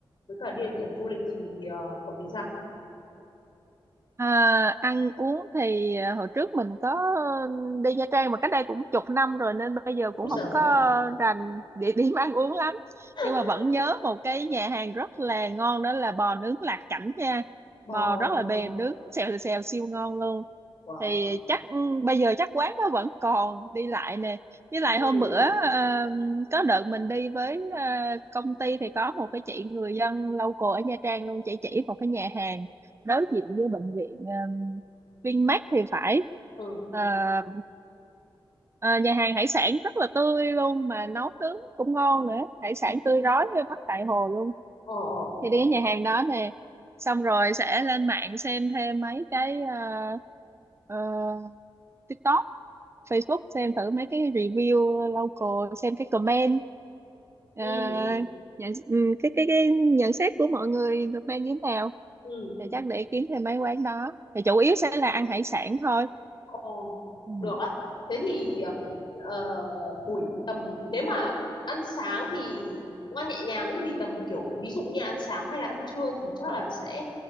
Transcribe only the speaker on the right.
À, ăn uống thì à, hồi trước mình có ừm, đi Nha Trang mà cách đây cũng chục năm rồi nên bây giờ cũng
không
có rành địa điểm <laughs> ăn uống lắm
nhưng mà vẫn nhớ một cái nhà hàng rất là ngon đó là bò nướng Lạc Cảnh nha
bò rất là
mềm nướng xèo xèo siêu ngon luôn
thì chắc ừm, bây giờ chắc quán đó vẫn còn đi lại nè với lại
hôm bữa ờ, có đợt mình đi với ờ, công ty thì có một cái chị người dân local ở Nha Trang luôn chị chỉ một cái nhà hàng đối diện với bệnh viện uh, Vinmec thì phải
Ờ, ờ, nhà hàng hải sản rất là tươi luôn mà nấu nướng cũng ngon nữa hải sản tươi rói bắt tại hồ luôn
thì đi cái nhà hàng đó nè xong rồi sẽ lên mạng xem thêm mấy cái ờ, ờ, TikTok Facebook xem thử mấy cái review local xem cái comment
Ờ, nhận, ừ, cái cái cái nhận xét của mọi người comment như thế nào
thì chắc để kiếm thêm mấy quán đó thì chủ yếu sẽ là ăn hải sản thôi
Ừ.